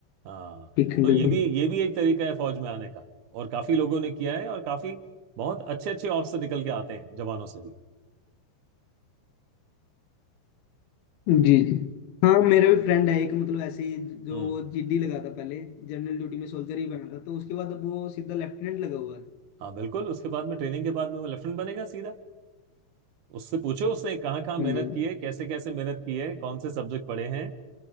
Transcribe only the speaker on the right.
हाँ
तो ये
भी ये भी एक तरीका है फौज में आने का और काफी लोगों ने किया है और काफी बहुत अच्छे अच्छे ऑफिसर निकल के आते हैं जवानों से भी
हम्म
हाँ बिल्कुल उसके बाद में ट्रेनिंग के बाद में वो लेफ्टिनेंट बनेगा सीधा उससे पूछो उसने कहाँ कहाँ मेहनत
की है कैसे कैसे मेहनत की है कौन से सब्जेक्ट पढ़े हैं